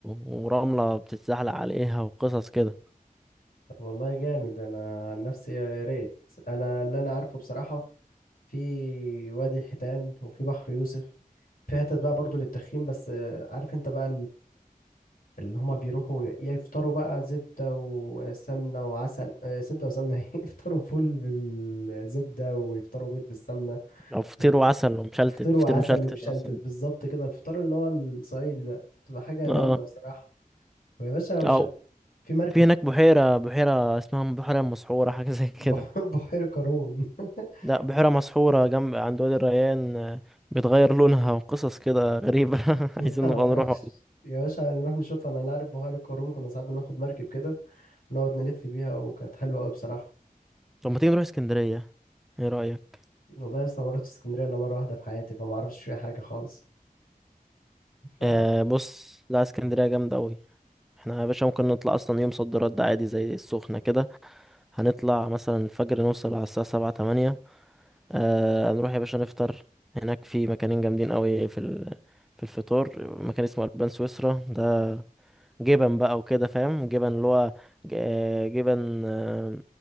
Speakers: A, in the centre; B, on the left (about 75°).
A: ورمله بتتزحلق عليها وقصص كده
B: طب والله جامد أنا عن نفسي يا ريت أنا اللي أنا عارفه بصراحة في وادي الحيتان وفي بحر يوسف في حتت بقى برضو للتخييم بس آه، عارف أنت بقى اللي هما بيروحوا ي- يفطروا بقى زبدة وسمنة وعسل آه، زبدة وسمنة <laughs> إيه؟ يفطروا فول بالزبدة ويفطروا بيض بالسمنة
A: او فطير
B: و-
A: وعسل ومشلتت
B: ويفطروا
A: فطير
B: عسل
A: مشلتت
B: وشلتت
A: اصلا
B: بالظبط كده الفطار اللي هو الصعيدي ده تبقى حاجة
A: اه
B: جامدة بصراحة ويا باشا وشلتت
A: او
B: في مركب
A: في هناك بحيره بحيره اسمها بحيره مسحوره حاجه زي كده
B: بح- <laughs> بحيرة قارون <laughs>
A: لا بحيره مسحوره جنب عند وادي الريان آه، بتغير لونها وقصص كده غريبة <laughs>
B: انا
A: عايزين نبقى
B: ما اعرفش
A: نروح
B: يا باشا نروح نشوف انا لا اعرف بحيرة قارون كنا ساعات بناخد مركب كده ونقعد نلف بيها وكانت حلوة قوي بصراحة
A: طب ما تيجي نروح اسكندرية ايه رأيك
B: والله لسه ما رحتش اسكندرية الا مرة واحدة في حياتي فما اعرفش فيها حاجة خالص ف
A: آه بص لا اسكندرية جامدة أوي احنا يا باشا ممكن نطلع أصلا يوم صد رد عادي زي السخنة كده هنطلع مثلا الفجر نوصل على الساعة سبعة تمانية آه نروح يا باشا نفطر هناك في مكانين جامدين أوي في ال... في الفطور مكان اسمه ألبان سويسرا ده جبن بقى وكده فاهم جبن اللي هو ج- آه، جبن آه،